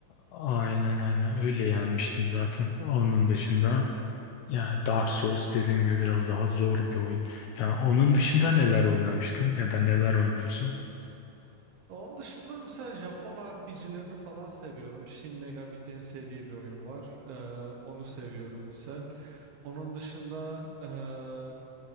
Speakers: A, on the left; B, on the right.
A: Aynen aynen öyle yenmiştim zaten. Onun dışında yani Dark Souls dediğim gibi biraz daha zor bir oyun. Yani onun dışında neler oynamıştın ya da neler oynuyorsun?
B: Onun dışında mesela Japon RPG'lerini falan seviyorum. Shin Megami Tensei diye bir oyun var. Ee, onu seviyorum misal. Onun dışında ee,